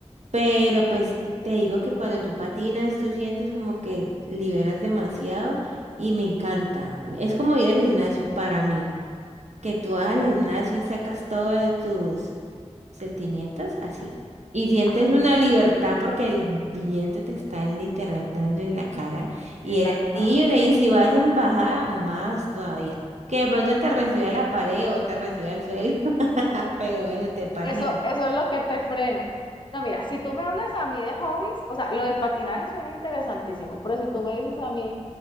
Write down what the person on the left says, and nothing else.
Bueno,
Ajá,
en
la cara.
Eso,
eso es lo que te frena. No, mira, si tú me hablas a mí de hobbies, o sea, lo del patinaje suena interesantísimo, pero si tú me dices a mí,